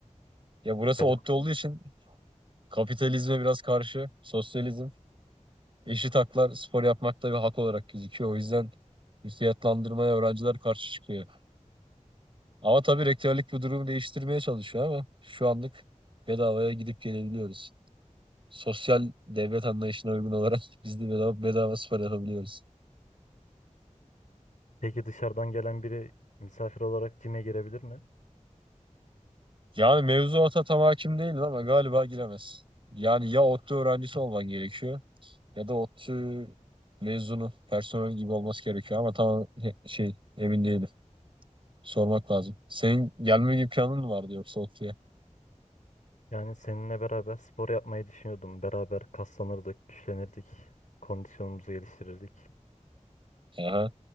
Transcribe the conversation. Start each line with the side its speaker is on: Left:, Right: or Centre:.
Right: Ya burası
Left: Bedava.
Right: ODTÜ olduğu için kapitalizme biraz karşı, sosyalizm. Eşit haklar spor yapmakta bir hak olarak gözüküyor. O yüzden fiyatlandırmaya öğrenciler karşı çıkıyor. Ama tabii rektörlük bu durumu değiştirmeye çalışıyor ama şu anlık bedavaya gidip gelebiliyoruz. Sosyal devlet anlayışına uygun olarak <laughs> biz de bedava, bedava spor yapabiliyoruz.
Left: Peki dışarıdan gelen biri misafir olarak cime girebilir mi?
Right: Yani mevzuata tam hakim değilim ama galiba giremez. Yani ya ODTÜ öğrencisi olman gerekiyor ya da ODTÜ mezunu, personel gibi olması gerekiyor ama tam şey emin değilim. Sormak lazım. Senin gelme gibi planın mı vardı yoksa ODTÜ'ye?
Left: Yani seninle beraber spor yapmayı düşünüyordum. Beraber kaslanırdık, güçlenirdik, kondisyonumuzu geliştirirdik.
Right: Aha.